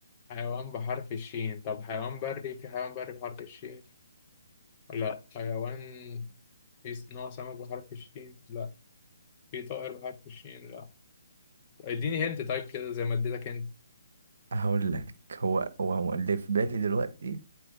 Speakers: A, on the left (about 25°); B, on the right (about 55°).
A: حيوان بحرف الشين طب حيوان بري في حيوان بري بحرف الشين لا حيوان في س- نوع سمك بحرف الشين لا في طائر بحرف الشين لا اديني هنت طيب كده زي ما اديتك هنت
B: هقول لك هو هو هو اللي في بالي دلوقتي